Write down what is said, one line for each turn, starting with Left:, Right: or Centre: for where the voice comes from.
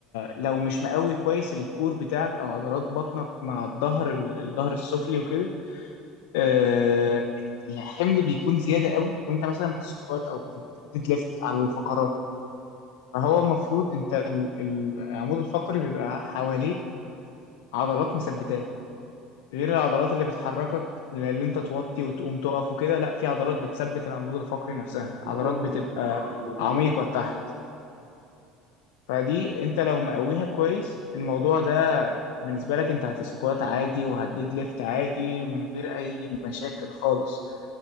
Left: لو مش مقوي كويس الكور بتاعك او عضلات بطنك مع الظهر الظهر السفلي وكده آه، الحمل بيكون زياده قوي وانت مثلا بتسكوات او بتديد ليفت على الفقرات فهو المفروض انت ال- ال- العمود الفقري بيبقى حواليه عضلات مثبتاه غير العضلات اللي بتحركك اللي انت توطي وتقوم تقف وكده لا في عضلات بتثبت العمود الفقري نفسها عضلات
Right: اه
Left: بتبقى
Right: آه، فهمت.
Left: عميقه تحت فدي انت لو مقويها كويس الموضوع ده بالنسبه لك انت هتسكوات عادي وهتديد ليفت عادي من غير اي مشاكل خالص